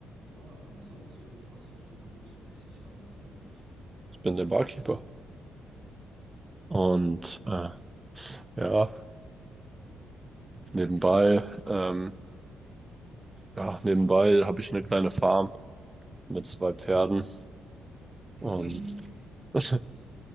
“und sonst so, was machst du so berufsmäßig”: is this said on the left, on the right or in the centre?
Right